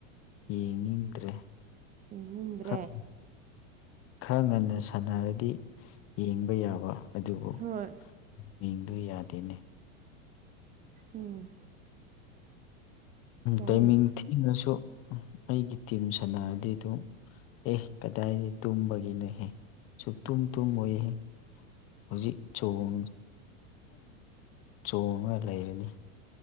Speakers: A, on the left; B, on the right.
A: ꯌꯦꯡꯅꯤꯡꯗ꯭ꯔꯦ
B: ꯏꯅꯤꯡꯗ꯭ꯔꯦ
A: ꯈꯔ ꯈꯔ ꯉꯟꯅ ꯁꯥꯟꯅꯔꯗꯤ ꯌꯦꯡꯕ ꯌꯥꯕ ꯑꯗꯨꯕꯨ
B: ꯍꯣꯏ
A: ꯃꯤꯡꯗꯨ ꯌꯥꯗꯦꯅꯦ
B: ꯎꯝ ꯌꯥꯎꯅꯤ
A: ꯇꯥꯏꯃꯤꯡ ꯊꯤꯉꯁꯨ ꯑꯩꯒꯤ ꯇꯤꯝ ꯁꯥꯟꯅꯔꯗꯤ ꯑꯗꯨꯝ ꯑꯦꯍ ꯀꯗꯥꯏꯗꯤ ꯇꯨꯝꯕꯒꯤꯅꯣꯍꯦ ꯁꯨ ꯇꯨꯝ ꯇꯨꯝ ꯑꯣꯏꯍꯦ ꯍꯧꯖꯤꯛ ꯆꯣꯡ ꯆꯣꯉꯒ ꯂꯩꯔꯅꯤ